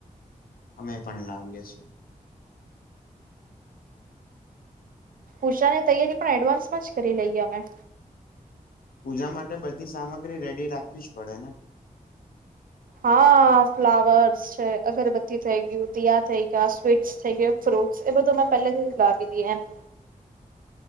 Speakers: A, on the left (about 80°); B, on the right (about 70°).
A: અમે પણ લાવીએ છે.
B: પૂજાની તૈયારી પણ એડવાન્સમાં જ કરી લઈએ અમે.
A: પૂજા માટે બધી સામગ્રી રેડી રાખવી જ પડે.
B: હા ફ્લાવર્સ છે અગરબત્તી થઈ ગયું દયા થઈ ગયા સ્વીટ્સ થઈ ગયું ફ્રૂટ એ બધું મેં પહેલેથી લાવી દી એમ